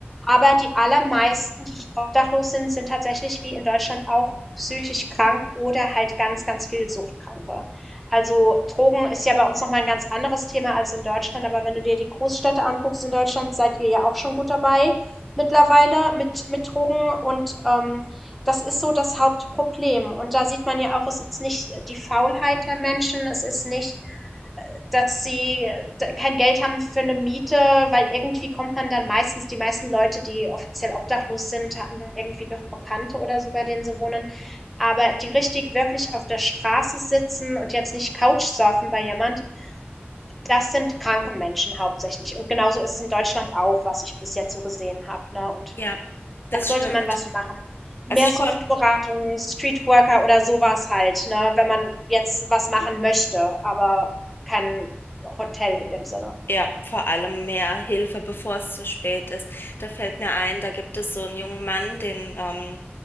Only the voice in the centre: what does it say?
Aber die allermeisten, die obdachlos sind, sind tatsächlich wie in Deutschland auch psychisch krank oder halt ganz, ganz viel Suchtkranke. Also Drogen ist ja bei uns nochmal ein ganz anderes Thema als in Deutschland, aber wenn du dir die Großstädte anguckst in Deutschland, seid ihr ja auch schon gut dabei mittlerweile mit, mit Drogen und ähm, das ist so das Hauptproblem. Und da sieht man ja auch, es ist nicht die Faulheit der Menschen, es ist nicht dass sie kein Geld haben für eine Miete, weil irgendwie kommt man dann meistens, die meisten Leute, die offiziell obdachlos sind, haben irgendwie doch Bekannte oder so, bei denen sie wohnen. Aber die richtig wirklich auf der Straße sitzen und jetzt nicht Couchsurfen bei jemand, das sind kranke Menschen hauptsächlich. Und genauso ist es in Deutschland auch, was ich bis jetzt so gesehen habe. Ne? Und
da sollte
man was machen. Mehr
Suchtberatung,
Streetworker oder sowas halt, ne, wenn man jetzt was machen möchte, aber kein Hotel in dem Sinne.